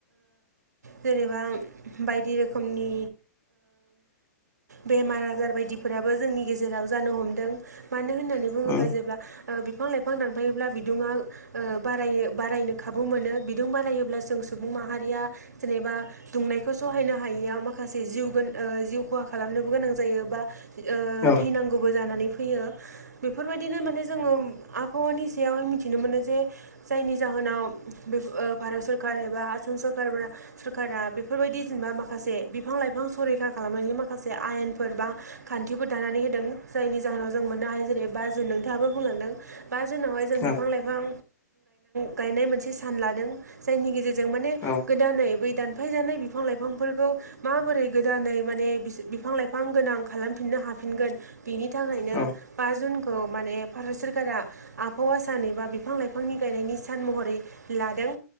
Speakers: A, on the right (about 75°); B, on the left (about 25°).
A: जेनेबा बायदि रोखोमनि बेमार आजार बायदिफोराबो जोंनि गेजेराव जानो हमदों मानो होननानै
B: औ
A: बुङोब्ला जेब्ला बिफां लाइफां दानफायोब्ला बिदुंआ बारनो बारायनो खाबु मोनो बिदुं बारायोब्ला जों सुबुं माहारिया जेनेबा दुंनायखौ सहायनो हायैयाव माखासे जि जिउ खहा खालाम नोबो गोनां जायो बा ओ
B: औ
A: थैनांगौबो जानानै फैयो बेफोरबायदिनो माने जोङो आबहावानि सायावहाय मिथिनो मोनो जे जायनि जाहोनाव जाहनाव भारत सरकार एबा आसाम सरक सरकारा बेफोरबायदि जेनेबा माखासे बिफां लाइफां संरैखा खालामनायनि माखासे आयेन बा खान्थिफोरखौ दानानै होदों जायनि जाहोनाव जों मोननो हायो जेरै बारजों नोंथाङाबो बुंलांदों। बा जोंनावहाय जों
B: औ
A: बिफां लाइफां गायनाय मोनसे सान लादों जायनि गेजेरजों जों माने
B: औ
A: गोदानै बै दानफायजानाय बिफां लाइफांफोरखौ माबोरै गोदानै माने बिफां लाइफां गोनां खालामफिननो हा फिनगोन बिनि थाखायनो
B: औ
A: बा जुनखौ माने भारत सोररकारा आबहावा सान एबा बिफां लाइफांनि गायनायनि सान महरै लादों